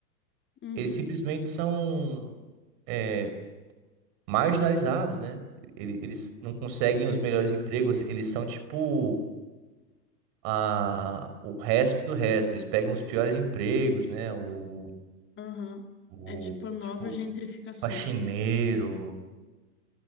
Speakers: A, on the left; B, on the right.
A: uhum,
B: Eles simplesmente são eh, marginalizados, né? Ele- Eles não conseguem os melhores empregos, eles são tipo a, o resto do resto. Eles pegam os piores empregos, né? O,
A: uhum.
B: o
A: É tipo a nova
B: tipo,
A: gentrificação.
B: faxineiro.